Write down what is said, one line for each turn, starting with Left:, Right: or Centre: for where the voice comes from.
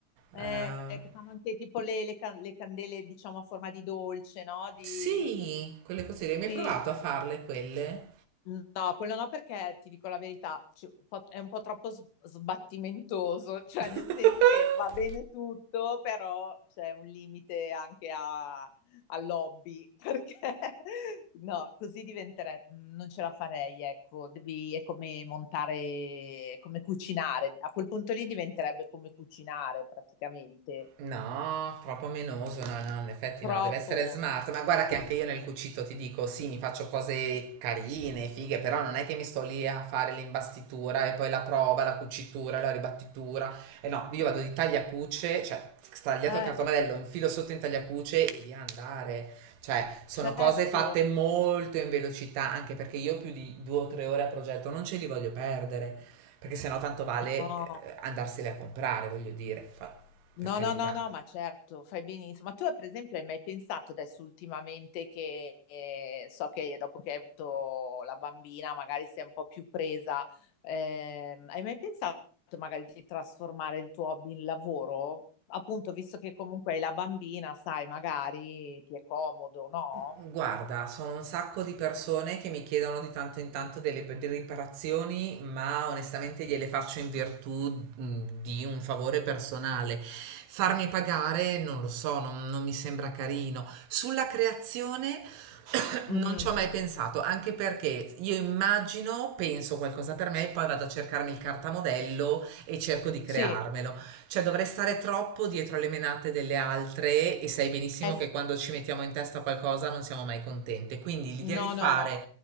Left: eh,
Right: Eh,
Left: che fanno anche tipo le, le can- le candele, diciamo, a forma di dolce, no? Di...
Right: sì, quelle cose lì, mi hai
Left: Sì.
Right: provato a farle quelle?
Left: No, quello no perché ti dico la verità, ci- un po- è un po' troppo s- sbattimentoso, <laughs> cioè
Right: <laughs>
Left: nel senso che va bene tutto, però c'è un limite anche a, all'hobby, <laughs> perché no, così diventerebbe, non ce la farei, ecco, devi, è come montare, come cucinare, a quel punto lì diventerebbe come cucinare praticamente,
Right: No, troppo menoso, no, no, in effetti
Left: troppo.
Right: no, deve essere smart, ma guarda che anche io nel cucito ti dico, sì, mi faccio cose carine, fighe, però non è che mi sto lì a fare l'imbastitura e poi la prova, la cucitura, la ribattitura, e no, io vado in tagliacuce, cioè, stagliato
Left: Eh,
Right: il cartomarello, infilo sotto in tagliacuce e via andare, cioè, sono
Left: certo,
Right: cose fatte molto in velocità, anche perché io più di due o tre ore a progetto non ce li voglio perdere, perché sennò tanto vale
Left: no,
Right: eh, andarsele a comprare, voglio dire. Fa- per
Left: no,
Right: carità.
Left: no, no, no, ma certo, fai benissimo. Ma tu, per esempio, hai mai pensato adesso ultimamente che eh, so che dopo che hai avuto la bambina, magari sei un po' più presa, ehm, hai mai pensato magari di trasformare il tuo hobby in lavoro? Appunto, visto che comunque hai la bambina, sai, magari ti è comodo, no?
Right: Guarda, sono un sacco di persone che mi chiedono di tanto in tanto delle delle riparazioni, ma onestamente gliele faccio in virtù mh, di un favore personale. Farmi pagare non lo so, non, non mi sembra carino. Sulla creazione <coughs>
Left: Mm,
Right: non ci ho mai pensato, anche perché io immagino, penso qualcosa per me, poi vado a cercarmi il cartamodello e cerco di crearmelo.
Left: sì,
Right: Cioè dovrei stare troppo dietro alle menate delle altre e sai benissimo
Left: eh sì,
Right: che quando ci mettiamo in testa qualcosa non siamo mai contente. Quindi l'idea
Left: no,
Right: di fare
Left: no, no,